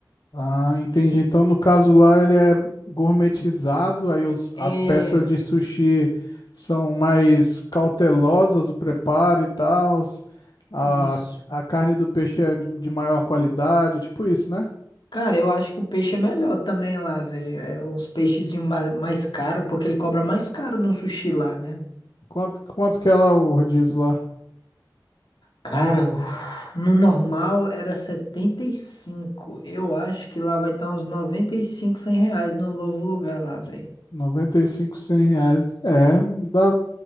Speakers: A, on the left; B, on the left.
A: Ah, entendi. Então, no caso lá, ele é gourmetizado, aí os-
B: É,
A: as peças de sushi são mais cautelosas, o preparo e tal. A,
B: isso.
A: a carne do peixe é de de maior qualidade, tipo isso, né?
B: Cara, eu acho que o peixe é melhor também lá, velho. É os peixezinhos ma- mais caros, porque ele cobra mais caro no sushi lá, né?
A: Quanto, quanto que é lá o rodízio lá?
B: Cara, o- no normal era 75. Eu acho que lá vai estar uns 95, 100 reais no novo lugar lá, velho.
A: 95, 100 reais. É, dá,